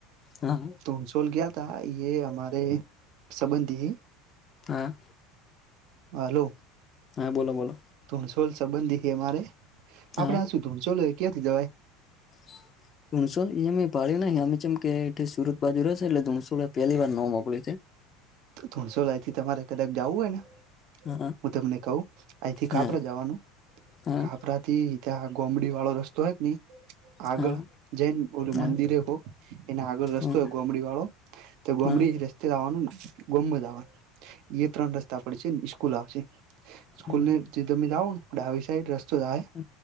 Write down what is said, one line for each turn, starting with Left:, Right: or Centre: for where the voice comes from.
Left: હા
Right: તોનસોલ ગ્યા તા. ઈ એ અમારે સંબંધી
Left: હા
Right: હાલો
Left: હા બોલો બોલો
Right: ધૂણસોલ સંબંધી હે મારે. આપડે
Left: હા
Right: આ શું ધૂણસોલ ક્યાંથી જવાય?
Left: <inaudible> ધૂણસોલ, ઈ અમે ભાળ્યું નહીં અમે જેમ કે, સુરત બાજુ રહેશે એટલે ધૂણસોલ પહેલી વાર નોમ હોભળ્યુ છે.
Right: તો ધોણસો લાઈ થી તમારે કદાક જવું હોય ને!
Left: હા
Right: હું તમને કહું આહીથી
Left: હા
Right: કાપરા જવાનું
Left: હા
Right: કાપરા થી ત્યાં ગોમડી વાળો રસ્તો હો ક ની આગળ
Left: હા
Right: જૈન ઓલું
Left: હા
Right: મંદિરે હો એને આગળ રસ્તો
Left: હમ
Right: ગોમડી વાળો તો ગોમડી
Left: હા
Right: રસ્તે આવાનું ને ગોમમાં જવાનું. એ ત્રણ રસ્તા પડ છે ને સ્કૂલ આવશે. સ્કૂલ
Left: હમ
Right: ને જે તમે જાઓ ને ડાબી સાઈડ રસ્તો આવે
Left: હ